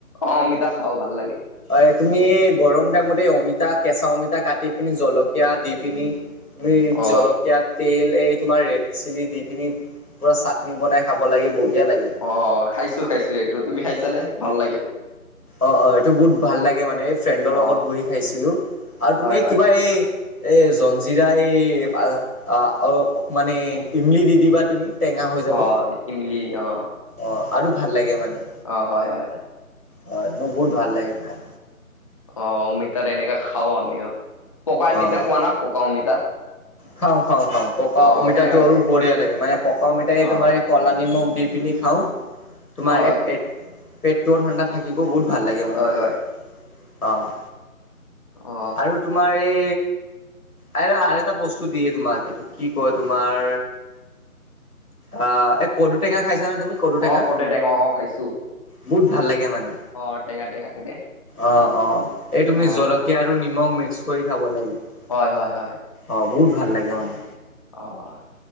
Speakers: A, on the left; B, on the left.
A: অ' অমিতা খাওঁ ভাল লাগে।
B: এই তুমি এই গৰম টাইমতে অমিতা, কেঁচা অমিতা কাটি পিনি জলকীয়া দি পিনি তুমি
A: অ
B: জলকীয়াত তেল এই তোমাৰ ৰেড চিলি দি কিনি পোৰা চাটনি বনাই খাব লাগি বঢ়িয়া লাগে। এইটো।
A: অ' খাইছোঁ খাইছোঁ এইটো। তুমি খাইছানে? ভাল লাগে।
B: অ', অ' এইটো বহুত ভাল লাগে মানে, এই ফ্ৰেণ্ডৰ লগত
A: অ
B: বহি খাইছিলোঁ। আৰু তুমি
A: হয় হয়
B: কিবা এই এই জঞ্জিৰা এই আ, অ' এ অ-অকমান এ, ইমলি দি দিবা তুমি। টেঙা হৈ যাব
A: অ' ইমলি অ'।
B: অ' আৰু ভাল লাগে মানে।
A: অ' হয় হয়।
B: হয় মোৰ বহুত ভাল লাগে খাই।
A: অ' অমিতা তেনেকা খাওঁ আমি অ'। পকা অমিতা
B: অ'।
A: খোৱা না পকা অমিতা?
B: খাওঁ খাওঁ খাওঁ। পকা
A: অ
B: অমিতাটো
A: কেনেকা লাগে
B: আৰু বঢ়িয়া লাগে মানে পকা অমিতাই তোমাৰ
A: অ
B: এই ক'লা নিমখ দি পিনি খাওঁ, তোমাৰ
A: হয়
B: এই পেট পেটটোও ঠাণ্ডা থাকিব বহুত ভাল লাগে মানে
A: হয়
B: আৰু
A: হয়
B: অ'।
A: অ
B: আৰু তোম তোমাৰ এ, আৰ আন এটা বস্তু তো দিয়ে তোমাক, এইটো কি কয় তোমাৰ আ, এই কৰ্দৈ টেঙা খাইছানে তুমি? কদু টেঙা
A: অ' কৰ্দৈ টেঙা অ' খাইছোঁ।
B: বহুত ভাল লাগে মানে।
A: অ' টেঙা টেঙা থাকে।
B: অ', অ' এই তুমি
A: অ
B: জলকীয়া আৰু নিমখ মিক্স কৰি খাব লাগিব।
A: হয় হয় হয়।
B: অ' বহুত ভাল লাগে মানে।
A: অ'